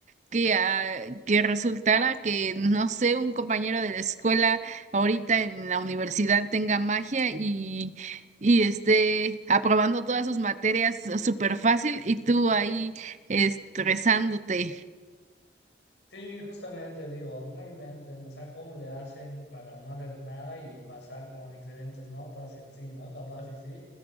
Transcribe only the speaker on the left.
Sí, justamente digo, no inventen, o sea, cómo le hacen para no hacer nada y pasar con excelentes notas y así, ¿no? Capaz y sí.